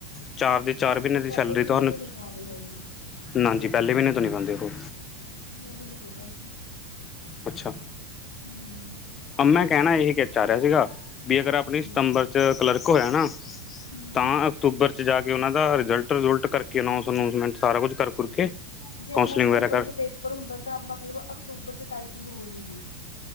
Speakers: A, on the left (about 25°); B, on the left (about 70°).
A: ਚਾਰ
B: ਠੀਕ
A: ਦੇ ਚਾਰ
B: ਹੈ ਮਤਲਬ
A: ਮਹੀਨੇ ਦੀ
B: ਪਹਿਲੇ
A: ਸੈਲਰੀ
B: ਮਹੀਨੇ
A: ਤੁਹਾਨੂੰ।
B: ਤੋਂ ਨੀ ਪਾਉਂਦੇ ਹੈਗੇ
A: ਨਾਂਜੀ, ਪਹਿਲੇ ਮਹੀਨੇ ਤੋਂ ਨੀ ਪਾਉਦੇ ਉਹ
B: ਮੈਨੂੰ ਨੀ ਪਤਾ ਸੀ।
A: ਅੱਛਾ।
B: ਹੂੰ। ਠੀਕ
A: ਅ ਮੈਂ ਕਹਿਣਾ
B: ਹੈ
A: ਇਹੀ ਆ ਰਿਹਾ ਸੀਗਾ, ਵੀ ਅਗਰ ਆਪਣੀ
B: ਹੂੰ
A: ਸਤੰਬਰ ਚ ਕਲਰਕ ਹੋਇਆ ਨਾ।
B: ਹੂੰ
A: ਤਾਂ ਅਕਤੂਬਰ ਚ ਜਾ ਕੇ। ਉਹਨਾਂ ਦਾ ਰਿਜਲਟ ਰੂਜਲਟ ਕਰਕੇ ਅਨਾਊਸ ਅਨਾਊਸਮੈਂਟ ਸਾਰਾ ਕੁੱਛ ਕਰ ਕੁਰ ਕੇ।
B: ਜੇ ਆਪਣਾ
A: ਕਾਉਂਸਲਿੰਗ
B: ਸਤੰਬਰ
A: ਵਗੈਰਾ ਕਰ
B: ਚ ਪੇਪਰ ਹੁੰਦਾ ਤਾਂ ਮਤਲਬ ਅਕਤੂਬਰ ਚ ਟਾਈਪ ਹੋ ਜੂਗੀ।